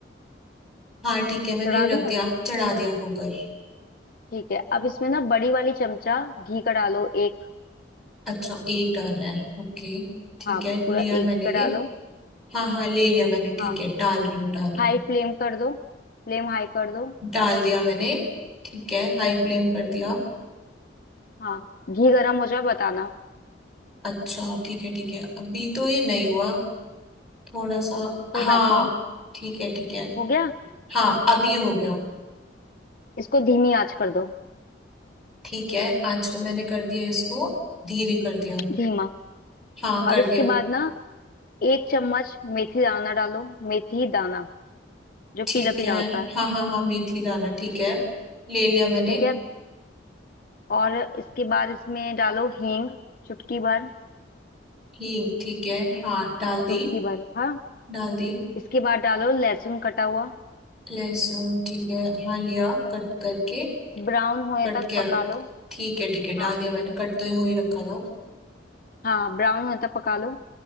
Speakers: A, in the centre; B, on the left.
A: हाँ ठीक है मैंने
B: चढ़ा दिया
A: रख दिया चढ़ा दिया कुकर
B: ठीक है अब इसमें ना बड़ी वाली चमचा घी का डालो एक
A: अच्छा एक डालना है ओके ठीक
B: हाँ
A: है लिया
B: पूरा एक
A: मैंने
B: घी का डालो
A: ये हाँ हाँ ले लिया मैंने ठीक
B: हाँ
A: है डाल रही हूँ डाल रही
B: हाई
A: हूँ
B: फ्लेम कर दो फ्लेम हाई कर दो
A: डाल दिया मैंने ठीक है हाई फ्लेम कर दिया
B: हाँ घी गरम हो जाए बताना
A: अच्छा ठीक है ठीक है अभी तो ये नहीं हुआ थोड़ा सा
B: कोई
A: हाँ
B: बात नहीं
A: ठीक है ठीक है
B: हो गया
A: हाँ अब ये हो गया
B: इसको धीमी आंच कर दो
A: ठीक है आज को मैंने कर दिया इसको धीरे कर दिया
B: धीमा
A: हाँ कर
B: अब इसके
A: दिया
B: बाद ना एक चम्मच मेथी दाना डालो मेथी दाना जो
A: ठीक
B: पीला पीला
A: है
B: होता है
A: हाँ हाँ हाँ मेथी दाना ठीक है ले लिया मैंने
B: ठीक है और इसके बाद इसमें डालो हींग चुटकी भर
A: हींग ठीक है हाँ डाल दी
B: चुटकी भर हाँ
A: डाल दी
B: इसके बाद डालो लहसुन कटा हुआ
A: लहसुन ठीक है हाँ लिया कट करके
B: ब्राउन होने
A: कट
B: तक
A: किया
B: पका लो
A: ठीक है ठीक है डाल
B: हाँ
A: दिया मैंने कट तो हो ही रखा था
B: हाँ ब्राउन होने तक पका लो